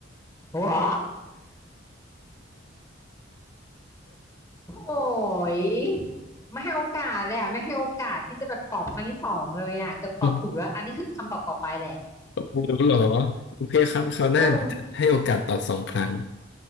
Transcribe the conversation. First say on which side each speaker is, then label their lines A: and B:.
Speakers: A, on the left; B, on the left.
A: ว้าโอ้ยไม่ให้โอกาสเลยอ่ะไม่ให้โอกาสที่จะแบบตอบครั้งที่สองเลยอ่ะเกือบตอบถูกแล้วอันนี้คือคำตอบต่อไปแหละ
B: <laughs> ไม่รู้หรอ โอเคครับคราวหน้าเดี๋ยวจะให้โอกาสตอบสองครั้ง
A: เออ